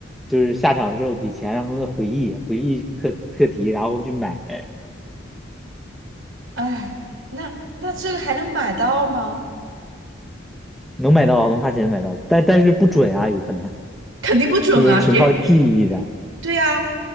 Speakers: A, in the centre; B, on the right.
A: 就是下场之后给钱让他们回忆回忆课课题，然后去买，
B: 哎，那那这个还能买到吗？
A: 能买到能花钱买到，但但是不准啊，有可能
B: 肯定不准啊，
A: 因为是纯靠记忆的。
B: 谁 <laughs>？对啊，